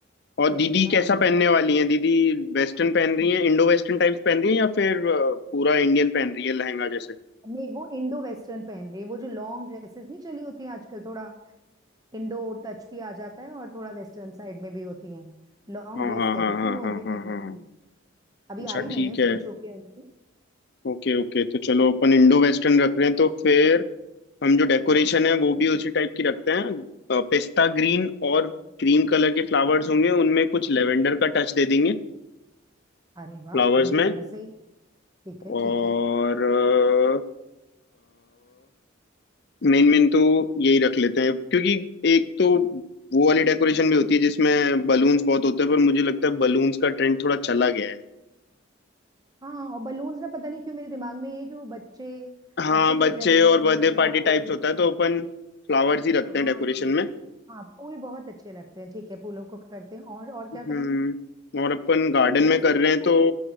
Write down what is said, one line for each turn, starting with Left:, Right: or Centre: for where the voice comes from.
Left: और
Right: पिस्ता
Left: दीदी कैसा
Right: और
Left: पहनने
Right: ग्रीन
Left: वाली हैं दीदी वेस्टर्न पहन रही हैं इंडो वेस्टर्न टाइप्स पहन रही हैं या फिर अ, पूरा इंडियन पहन रही है लहंगा जैसे
Right: नहीं वो इंडो वेस्टर्न पहन रही है वो जो लॉन्ग ड्रेसेस नहीं चली होती हैं आजकल थोड़ा इंडो टच भी आ जाता है और थोड़ा वेस्टर्न साइड में भी होती है लॉन्ग
Left: हाँ
Right: ड्रेस
Left: हाँ
Right: कह
Left: हाँ
Right: रही
Left: हाँ
Right: थी वो
Left: हाँ
Right: अभी पहनने
Left: हाँ हाँ
Right: के लिए अभी
Left: अच्छा
Right: आई नहीं
Left: ठीक
Right: है स्टिच
Left: है
Right: होके उनकी
Left: ओके ओके तो चलो
Right: हम्म।
Left: अपन इंडो वेस्टर्न रख रहे हैं तो फिर हम जो डेकोरेशन है वो भी उसी टाइप की रखते हैं पिस्ता ग्रीन और क्रीम कलर के फ्लावर्स होंगे उनमें कुछ लेवेंडर का टच दे देंगे
Right: अरे वाह
Left: फ्लावर्स
Right: ये तो
Left: में
Right: बड़ा सही ठीक है
Left: और
Right: ठीक है
Left: मेन मेन तो यही रख लेते हैं क्योंकि एक तो वो वाली डेकोरेशन भी होती है जिसमें बलून्स बहुत होते हैं पर मुझे लगता है बलून्स का ट्रेंड थोड़ा चला गया है
Right: हाँ और बलून्स ना पता नहीं क्यों मेरे दिमाग में ये है कि वो बच्चे
Left: हाँ
Right: बच्चों के
Left: बच्चे
Right: जन्मदिन
Left: और बर्थडे
Right: में या
Left: पार्टी
Right: कोई
Left: टाइप्स होता है तो अपन फ्लावर्स ही रखते
Right: हाँ
Left: हैं डेकोरेशन में
Right: हाँ फूल बहुत अच्छे लगते हैं ठीक है फूलों को करते हैं और और क्या
Left: हम्म
Right: करें
Left: और अपन गार्डन
Right: वो वैसे
Left: में कर
Right: ही
Left: रहे
Right: नहीं
Left: हैं
Right: चलते
Left: तो